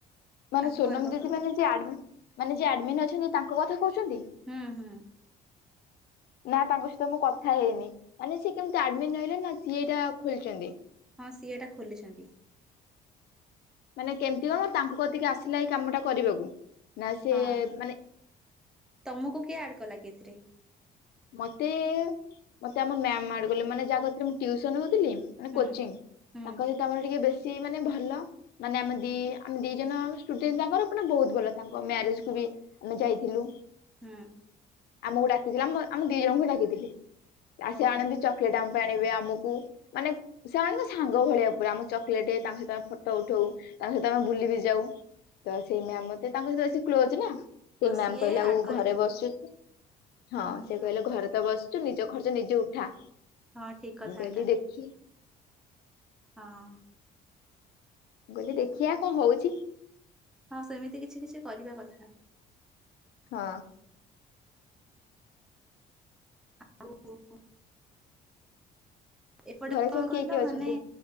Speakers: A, on the left; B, in the centre.
A: ମାନେ
B: ତାଙ୍କ
A: ସୋନମ୍
B: ଘର ପାଖ।
A: ଦିଦି ମାନେ- ଯିଏ ଆଡମି-ମାନେ ଯିଏ ଆଡମିନ୍ ଅଛନ୍ତି ତାଙ୍କ କଥା କହୁଚନ୍ତି?
B: ହୁଁ -ହୁଁ।
A: <inaudible> ନା ତାଙ୍କ ସହିତ ମୁଁ କଥା ହେଇନି ମାନେ ସିଏ କେମିତି ଆଡମିନ୍ ରହିଲେନା ସିଏ ଏଇଟା ଖୋଲିଚନ୍ତି।
B: ହଁ ସିଏ ଏଟା ଖୋଲିଚନ୍ତି।
A: ମାନେ କେମିତି କଣ ତାଙ୍କୁ କତିକି ଆସିଲା ଏଇ କାମଟା କରିବାକୁ ନାସିଏ
B: ହଁ
A: ମାନେ
B: ତମକୁ କିଏ ଆଡ୍ କଲାକି ଏଥିରେ?
A: ମତେ -ମତେ ଆମ ମ୍ୟାମ୍ ଆଡ୍ କଲେ ମାନେ ଯାହା କତିରେ ମୁଁ ଟ୍ୟୁସନ୍ ହଉଥିଲି ମାନେ
B: ହୁଁ
A: କୋଚିଂ
B: ହୁଁ
A: ତାଙ୍କ ସହିତ ଆମର ଟିକେ ବେଶୀ ମାନେ ଭଲ ମାନେ ଆମେ
B: ହୁଁ
A: ଦି ଆମେ ଦି ଜଣ ଷ୍ଟୁଡେଣ୍ଟ୍ ତାଙ୍କର ମାନେ ବହୁତ୍ ଭଲ ତାଙ୍କ ମ୍ୟାରେଜ୍ କୁବି ଆମେ ଯାଇଥିଲୁ।
B: ହୁଁ
A: ଆମକୁ ଡାକିଥିଲା ଆମ -ଆମ ଦି ଜଣଙ୍କୁ ଡାକିଥିଲେ ଆସେ
B: ଓହୋ
A: ଆଣନ୍ତି ଚକଲେଟ୍ ଆମ ପାଇଁ ଆଣିବେ ଆମକୁ ମାନେ ସେମାନେ ସାଙ୍ଗ ଭଳିଆ ପୁରା ଆମ ଚକଲେଟ୍ ତାଙ୍କ ସହିତ ଆମେ ଫଟୋ ଉଠଉ। ତାଙ୍କ ସହିତ ଆମେ ବୁଲିବି ଯାଉ ତସେଇ ମ୍ୟାମ୍ ମତେ ତାଙ୍କ ସହିତ ବେଶି କ୍ଲୋଜ୍ ନା ସେ
B: ଓ
A: ମ୍ୟାାମ୍
B: ସିଏ
A: କହିଲେ ଆଉ
B: ଆଡ୍ କରିଦେଲେ।
A: ଘରେ ବସିଚୁ ହଁ।
B: ହୁଁ ହୁଁ
A: ଘରେତ ବସିଚୁ ନିଜ ଖର୍ଚ ନିଜେ ଉଠା ମୁଁ
B: ହଁ ଠିକ୍ କଥା
A: କହିଲି
B: ଏଟା
A: ଦେଖି
B: ହଁ।
A: ମୁଁ କହିଲି ଦେଖିଆ କଣ ହଉଚି।
B: ହଁ ସେମିତି କିଛି କିଛି କରିବା କଥା।
A: ହଁ।
B: <unintelligible> ଏପଟେ
A: ଘରେ
B: କଣ
A: ସବୁ କିଏ
B: କହିଲ
A: କିଏ ଅଛନ୍ତି?
B: ମାନେ